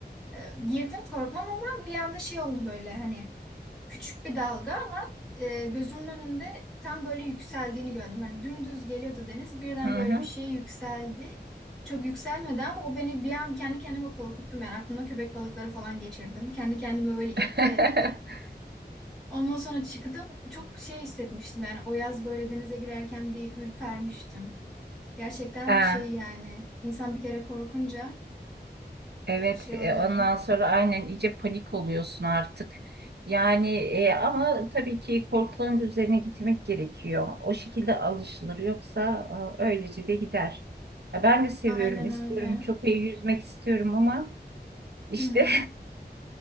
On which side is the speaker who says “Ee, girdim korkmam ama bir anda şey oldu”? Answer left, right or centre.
Centre